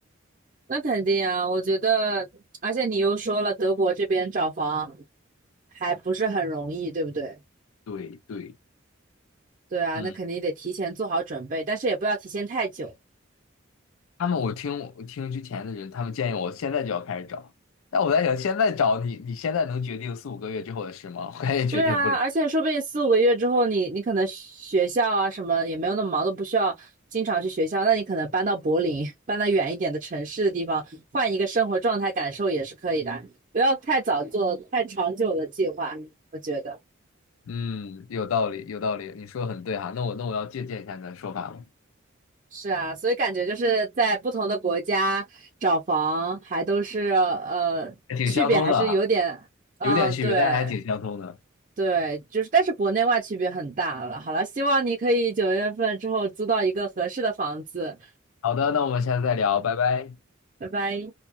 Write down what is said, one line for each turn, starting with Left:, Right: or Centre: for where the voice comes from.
Right: 那肯定啊，我觉得，而且你又说了，德国这边找房还不是很容易，对不对？
Left: <laughs> 对对，
Right: 对啊，
Left: 嗯。
Right: 那肯定得提前做好准备，但是也不要提前太久。
Left: 他们我听我听之前的人，他们建议我现在就要开始找，但我在想，现在找你，你现在能决定四五个月之后的事吗？<laughs> 我也决定不了。
Right: 对啊，而且说不定四五个月之后你，你可能学校啊什么也没有那么忙，都不需要经常去学校。那你可能搬到柏林，搬到远一点的城市的地方，换一个生活状态感受也是可以的。不要太早做太长久的计划，我觉得
Left: 嗯，有道理，有道理，你说的很对哈。那我那我要借鉴一下你的说法了，
Right: 是啊。所以感觉就是在不同的国家找房，还都是呃区别还是有点，
Left: 还挺相通的啊，
Right: 嗯，
Left: 有点区别，
Right: 对。
Left: 但是还挺相通的。
Right: 对，就是，但是国内外区别很大了。好了，希望你可以九月份之后租到一个合适的房子。
Left: 好的，那我们下次再聊，拜拜。
Right: 拜拜。